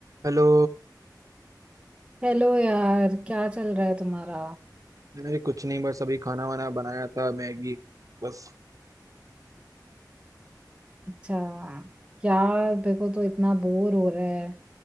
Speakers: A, on the right (about 50°); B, on the right (about 15°).
A: हेलो
B: हेलो यार क्या चल रहा है तुम्हारा
A: अरे कुछ नहीं बस अभी खाना वाना बनाया था मैगी बस
B: अच्छा यार मेरे को तो इतना बोर हो रहा है